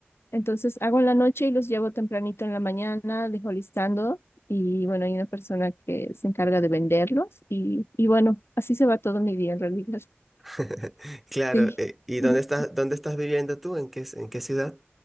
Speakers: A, on the left (about 70°); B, in the centre.
A: entonces hago en la noche y los llevo tempranito en la mañana, dejo listando y bueno, hay una persona que se encarga de venderlos y, y bueno, así se va todo mi día en realidad.
B: <laughs> Claro,
A: Sí.
B: eh, ¿y dónde
A: <laughs>
B: estás, dónde estás viviendo tú? ¿En qué, en qué ciudad?